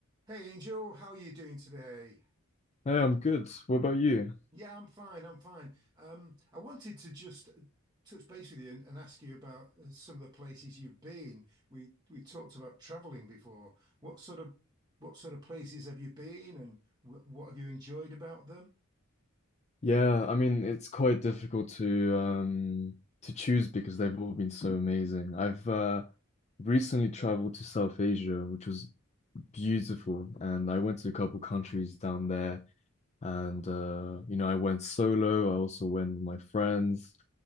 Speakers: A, on the right (about 20°); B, on the left (about 30°).
A: Hey Angel, how are you doing today?
B: Hey, I'm good. What about you?
A: Yeah, I'm fine. I'm fine. Um, I wanted to just uh, touch base with you and, and ask you about uh, some of the places you've been. We we talked about traveling before. What sort of what sort of places have you been, and wh what have you enjoyed about them?
B: Yeah, I mean, it's quite difficult to um to choose because they've all been so amazing. I've uh recently traveled to South Asia, which was beautiful, and I went to a couple countries down there and uh you know, I went solo, I also went with my friends.